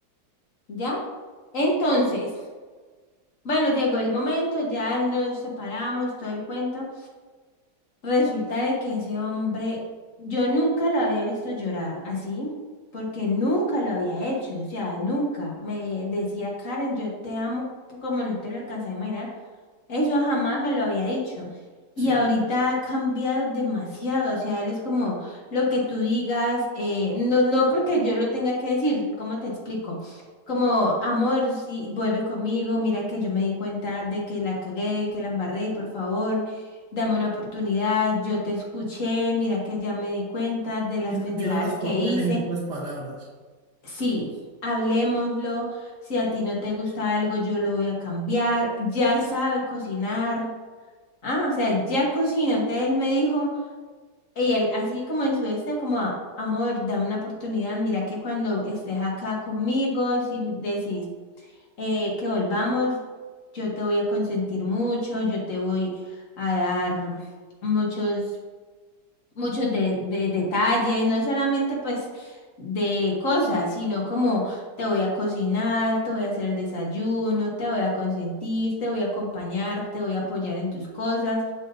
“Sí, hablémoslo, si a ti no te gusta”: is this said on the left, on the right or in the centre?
Left